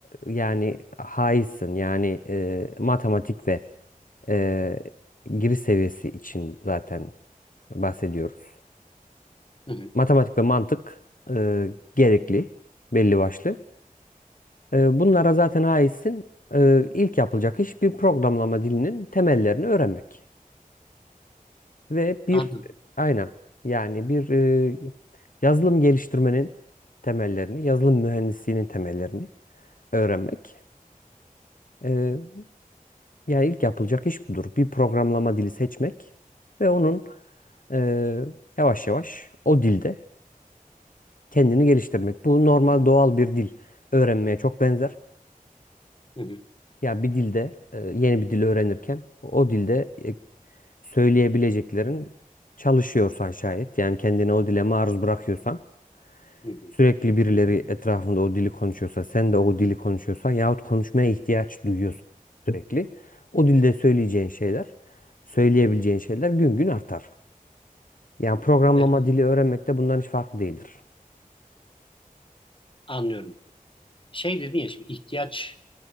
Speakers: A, on the left (about 65°); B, on the left (about 35°).
A: e, yani haizsin. Yani e, matematik ve e, giriş seviyesi için zaten bahsediyoruz.
B: Hı hı,
A: Matematik ve mantık e, gerekli belli başlı. E, bunlara zaten haizsin. E, ilk yapılacak iş bir programlama dilinin temellerini öğrenmek. Ve bir
B: anladım.
A: aynen yani bir e, yazılım geliştirmenin temellerini, yazılım mühendisliğinin temellerini öğrenmek. E, Yani ilk yapılacak iş budur. Bir programlama dili seçmek ve onun e, yavaş yavaş o dilde kendini geliştirmek. Bu normal doğal bir dil öğrenmeye çok benzer.
B: Hı hı,
A: Ya bir dilde e, yeni bir dil öğrenirken o dilde e, söyleyebileceklerin çalışıyorsan şayet yani kendini o dile maruz bırakıyorsan
B: hı hı.
A: Sürekli birileri etrafında o dili konuşuyorsa, sen de o dili konuşuyorsan yahut konuşmaya ihtiyaç duyuyorsun sürekli. O dilde söyleyeceğin şeyler, söyleyebileceğin şeyler gün gün artar. Yani programlama
B: Evet,
A: dili öğrenmek de bundan hiç farklı değildir.
B: anlıyorum. Şey dedin ya şimdi ihtiyaç